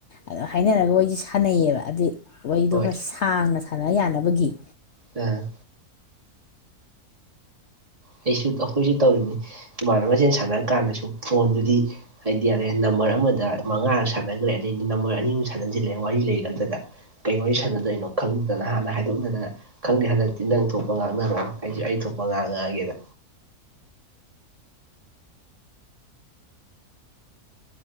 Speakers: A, on the left (about 60°); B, on the right (about 25°).
A: ꯑꯗꯣ ꯍꯥꯏꯅꯔꯒ ꯋꯥꯔꯤꯁꯤ ꯁꯥꯟꯅꯩꯌꯦꯕ ꯑꯗꯨ ꯋꯥꯔꯤꯗꯣ
B: ꯍꯣꯏ
A: ꯈꯔ ꯁꯥꯡꯅ ꯁꯥꯟꯅ ꯌꯥꯅꯕꯒꯤ
B: ꯑ ꯑꯩꯁꯨ ꯑꯩꯈꯣꯏꯁꯨ ꯇꯧꯔꯤꯅꯤ ꯏꯃꯥꯟꯅꯕꯁꯦꯜ ꯁꯥꯟꯅꯔ ꯀꯥꯟꯗꯁꯨ ꯐꯣꯟꯗꯨꯗꯤ ꯍꯥꯏꯗꯤ ꯌꯥꯔꯦ ꯅꯝꯕꯔ ꯑꯃꯗ ꯃꯉꯥꯔ ꯁꯥꯟꯅꯈ꯭ꯔꯦ ꯑꯗꯩꯗꯤ ꯅꯝꯕꯔ ꯑꯅꯤꯃꯨꯛ ꯁꯥꯟꯅꯁꯤꯜꯂꯛꯑꯦ ꯋꯥꯔꯤ ꯂꯩꯂꯛꯇꯗ ꯀꯩ ꯋꯥꯔꯤ ꯁꯥꯟꯅꯗꯣꯏꯅꯣ ꯈꯪꯗꯗꯅ ꯍꯥꯟꯅ ꯍꯥꯏꯗꯣꯛꯅꯗꯅ ꯈꯪꯗꯦ ꯍꯟꯗꯛꯇꯤ ꯅꯪ ꯊꯣꯛꯄ ꯉꯥꯡꯅꯔꯛꯑꯣ ꯑꯩꯁꯨ ꯑꯩ ꯊꯣꯛꯄ ꯉꯥꯡꯉꯛꯑꯒꯦꯅ